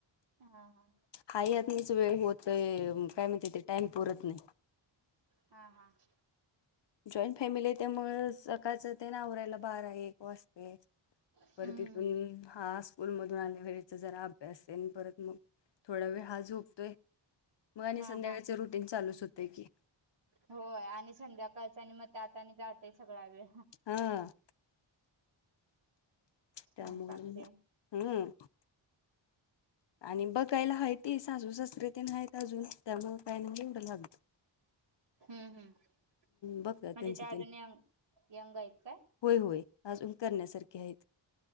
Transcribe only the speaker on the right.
हां.
हां हां.
हम्म
हा
हा
होय आणि संध्याकाळच आणि मग त्यात आणि जातंय सगळा वेळ.
स्वयंपाक
तेन.
हम्म हम्म
म्हणजे
ते अजून
यंग यंग आहेत काय?